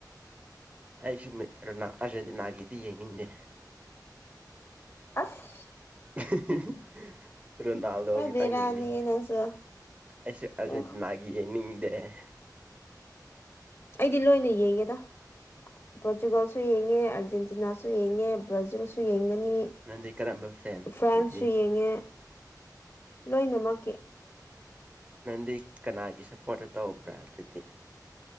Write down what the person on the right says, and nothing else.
ꯑꯩꯁꯨꯣꯅꯥ ꯑꯥꯔꯖꯦꯟꯇꯤꯅꯥꯒꯤꯗꯤ ꯌꯦꯡꯅꯤꯡꯗꯦ
<unintelligible> ꯔꯣꯅꯥꯜꯗꯣ
ꯈꯤꯇꯪ
ꯌꯦꯡꯅꯤꯡꯉ
ꯑꯩꯁꯦ ꯑꯥꯔꯖꯦꯟꯇꯤꯅꯥꯒꯤ
ꯌꯦꯡꯅꯤꯡ ꯑꯦꯦ
ꯅꯪꯗꯤ ꯀꯔꯝꯕ ꯐꯦꯟ
ꯑꯗꯨꯗꯤ
ꯅꯪꯗꯤ ꯀꯅꯥꯒꯤ ꯁꯞꯄꯣꯔꯠꯇ ꯇꯧꯕ꯭ꯔꯥ ꯑꯗꯨꯗꯤ